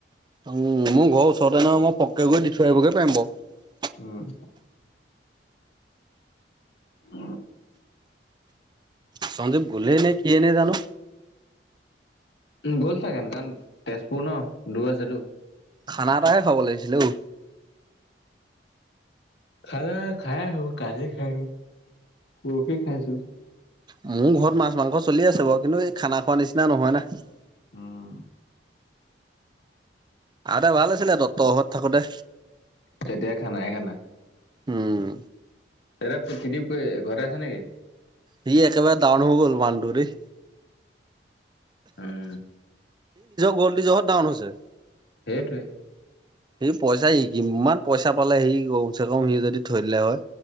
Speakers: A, on the right; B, on the left.
A: উম মোৰ ঘৰৰ ওচৰতে নহয় মই পককে গৈ দি থৈ আহিবগে পাৰিম বাৰু।
B: উম উ
A: সঞ্জীৱ গলেই নে কিয়ে জানো।
B: উ গ'ল চাগে কাৰণ তেজপুৰ ন দূৰ আছেতো।
A: খানা এটাহে খোৱাব লাগিছিলে ও।
B: খানা খাই আহো কালি খাই আহো পৰখি খাইছোঁ।
A: মোৰ ঘৰত মাছ মাংস চলি আছে বাৰু কিন্তু এই খানা খোৱা নিচিনা নহয় না।
B: উম
A: আগতে ভাল আছিলে দত্ত ঘৰত থাকোতে।
B: তেতিয়া খানাই খানা।
A: উম
B: এতিয়া পিকিটিপ কৈ ঘৰতে আছি নেকি?
A: সি একেবাৰে ডাউন হৈ গ'ল মানুহটো।
B: উম
A: কলটি জহত ডাউন হৈছে।
B: সেইটোৱে।
A: সি পইচা সি কিমান পইচা পালে সি কম চে কম সি যদি থৈ দিলে হয়।